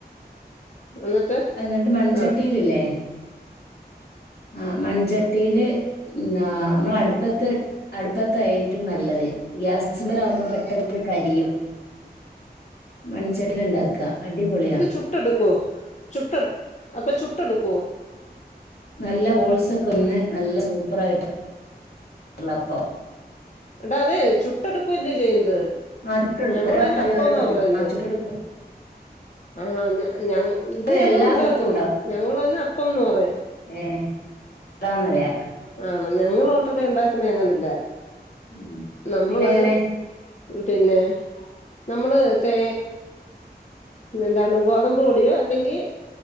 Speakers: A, on the left; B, on the left.
A: എന്നിട്ട്
B: എന്നിട്ട് മൺചട്ടിയിലില്ലേ
A: ആ
B: ആ മൺചട്ടിയില് എന്താ നമ്മളടു ടുപ്പത്ത് അടുപ്പത്താ ഏറ്റും നല്ലത് ഗ്യാസ്മലാകുമ്പോ പെട്ടന്ന് കരിയും മൺചട്ടിയില് ഇണ്ടാക്ക അടിപൊളിയാ
A: ചുട്ടടുക്കോ ചുട്ട് അപ്പൊ ചുട്ടെടുക്കോ
B: നല്ല ഹോൾസ് ഒക്കെ വന്ന് നല്ല സൂപ്പറായിട്ട്ള്ള വെള്ളപ്പം
A: എടാ അത് ചുട്ടടുക്കുവല്ലേ ചെയ്യുന്നത്
B: ആ ചുട്ടെടുക്കും
A: ഞങ്ങളയിന്
B: ഓരോ തവി
A: അപ്പം
B: ഓരോ
A: ന്നാ
B: തവി
A: പറയുന്നത്
B: ആ ചുട്ടെടുക്കും
A: ആഹ് ഞ ഇത്
B: അത്
A: ഞങ്ങള്
B: എല്ലാ
A: ഉണ്ടാക്കും
B: സ്ഥലത്തും
A: ഞങ്ങളതിന് അപ്പംന്ന് പറയും
B: ഏഹ് <unintelligible> ന്നറിയ
A: ആണ് ഞങ്ങള് ഓട്ടടാ ഉണ്ടാക്കുന്നെ അങ്ങനയല്ല
B: ഉം
A: നമ്മള്
B: പിന്നെ എങ്ങനെ
A: പിന്നെ നമ്മള് തേ എന്താണ് ഗോതമ്പ് പൊടിയോ അല്ലെങ്കി